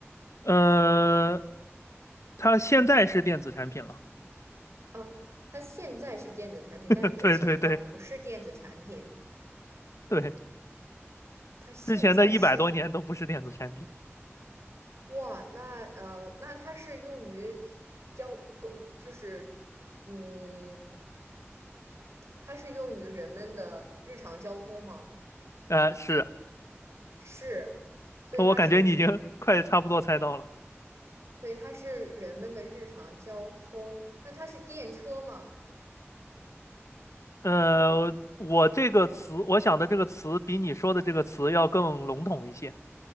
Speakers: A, on the left; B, on the right.
A: 呃，它现在是电子产品了。
B: 哦，它现在是电子产品，
A: <laughs>
B: 但是之前它不是电子产品，
A: 对对对对，
B: 它现在是电。
A: 之前的一百多年都不是电子产品。
B: 哇，那呃，那它是用于交沟，狗就是嗯，它是用于人们的日常交通吗？
A: 呃，是，
B: 是，所以它是，
A: 我感觉你已经 <laughs> 快差不多猜到了。
B: 对，它是人们的日常交通。那它是电车吗？
A: 呃，我这个词，我想的这个词比你说的这个词要更笼统一些，